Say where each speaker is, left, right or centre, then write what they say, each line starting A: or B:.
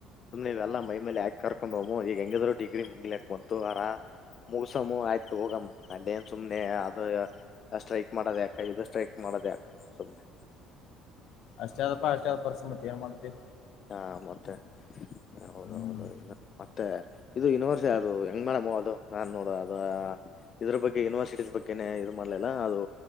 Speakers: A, on the left; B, on the left.
A: ಸುಮ್ನೆ ಇವೆಲ್ಲಾ ಮೈ ಮೇಲೆ ಯಾಕ ಕರ್ಕೊಂಡ್ಮ್ಮ ಈಗ ಹೆಂಗಿದ್ರು ಡಿಗ್ರಿ ಮುಂಗ್ಲಾಕ್ ಬಂತು ಆರ ಮುಗಸಮ್ಮ ಆಯ್ತು ಹೋಗಮ್ಮ ಅಲ್ಲೇನ್ ಸುಮ್ನೆ ಅದ ಸ್ಟ್ರೈಕ್ ಮಾಡದ ಯಕ ಇ ಸ್ಟ್ರೈಕ್ ಮಾಡೋದ ಅಕ ಸುಮ್ನೆ
B: ಅಷ್ಟ ಆದದಪ್ಪ ಅಷ್ಟ ಆದ ಪರ್ಸ ಮತಿ ಏನ್ ಮಾಡ್ತಿ
A: ಹಾ ಮತ್ತೆ ಹೌದು
B: ಹ್ಮ್
A: ಹೌದು ಇನ್ನು ಮತ್ತೆ ಇದು ಯನಿವರ್ಸಿಟ ಅದು ಹೆಂಗ್ ಮಾಡಮ್ಮ ಅದು ನಾನ್ ನೋಡು ಅದ ಇದ್ರ ಬಗ್ಗೆ ಯೂನಿವರ್ಸಿಟಿ ಬಗ್ಗೆ ಇದು ಮಾಡ್ಲಿಲ್ಲ ಅದು